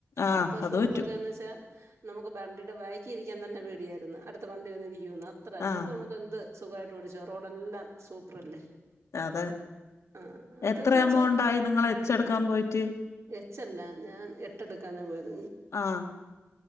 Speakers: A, on the left; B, on the right.
A: ആഹ്
B: പത്ത് വർഷം
A: അത്
B: മുമ്പൊക്കെന്ന്
A: പറ്റും
B: വെച്ചാ നമുക്ക് വണ്ടീടെ ബേക്ക്ലിര്ക്കാൻ തന്നെ പേടിയായിരുന്നു അടുത്ത വണ്ടി വന്ന് ഇടിക്കോന്ന് അത്ര ഇതിപ്പൊ
A: ആഹ്
B: നമുക്ക് എന്ത് സുഖായിട്ട് ഓടിച്ചോ റോഡെല്ലാം സൂപ്പറല്ലേ.
A: അതെ
B: ആ അതൊക്കെ
A: എത്ര
B: വെച്ച്
A: എമൗണ്ടായി നിങ്ങള് എച്ചെട്ക്കാം പോയിട്ട്
B: എച്ചല്ല ഞാൻ എട്ടെട്ക്കാനാ പോയത്
A: ആഹ്